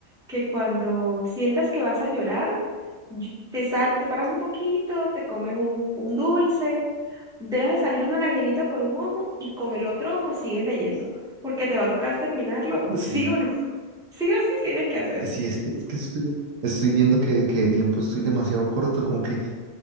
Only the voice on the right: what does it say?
Sí,
Sí, es que, es que estoy, estoy viendo que, que de tiempo estoy demasiado corto, como que